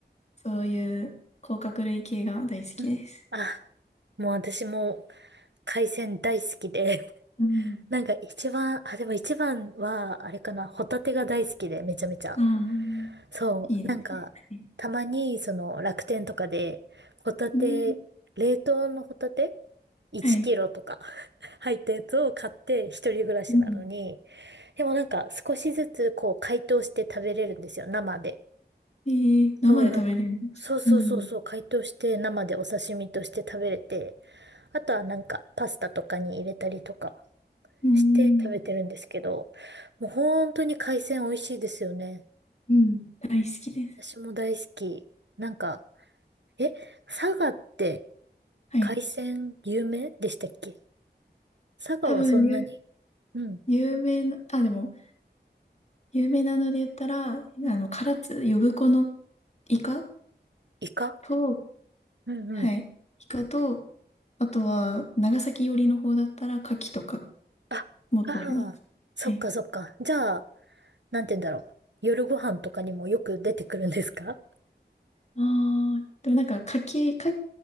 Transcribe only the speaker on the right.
うんあ、もう私も海鮮大好きで、
<laughs> なんか一番、あ、でも一番は、あれかな、ホタテが大好きで、めちゃめちゃ。
そう、
なんか、
たまに、その、楽天とかで、ホタテ、
冷凍のホタテ ?1
キロとか <laughs> 入ったやつを買って、一人暮らしなのに、
でもなんか少しずつこう解凍して食べれるんですよ、生で。
そう、だからそうそうそうそう、
解凍して生でお刺身として食べれて、あとはなんかパスタとかに入れたりとか
して食べてるんですけど、もう本当に海鮮美味しいですよね。
私も大好き。なんか、え、佐賀って
海鮮有名でしたっけ佐賀はそんなに
うん。
うん。
イカ
うんうん。
あ、
が、そっかそっか。
じゃあ、なんて言うんだろう。夜ご飯とかにもよく出てくるんですか